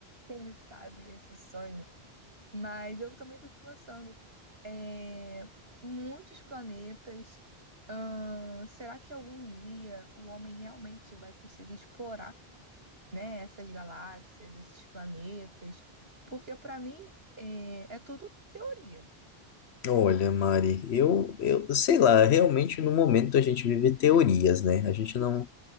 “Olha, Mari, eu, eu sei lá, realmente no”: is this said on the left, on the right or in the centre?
Left